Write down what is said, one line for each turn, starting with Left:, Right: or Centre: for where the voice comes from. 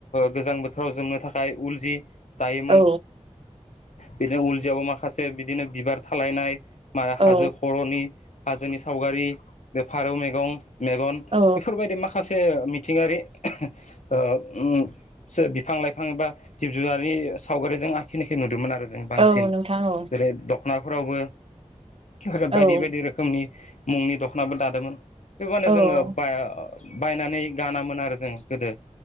Left: गोजां बोथोराव जोमनो थाखाय उल जि दायोमोन
Right: औ
Left: बिदिनो उलजियावबो माखासे बिदिनो बिबार थालायनाय मा
Right: औ
Left: हाजो खर'नि हाजोनि सावगारि बे फारौ मैगं मेगन
Right: औ
Left: बेफोरबायदि माखासे मिथिंगारि <unintelligible> ओ उम सो बिफां-लाइफां एबा जिब-जुनारनि सावगारिजों आखिनायखो नुदोंमोन आरो जों जों बांसिन
Right: औ नोंथां औ
Left: जेरै दख'नाफोरावबो आरो
Right: औ
Left: बायदि-बायदि रोख खोमनि मुंनि दख'नाबो दादोमोन बेबानो
Right: औ
Left: जोङो बाया बायनानै गानामोन आरो जों गोदो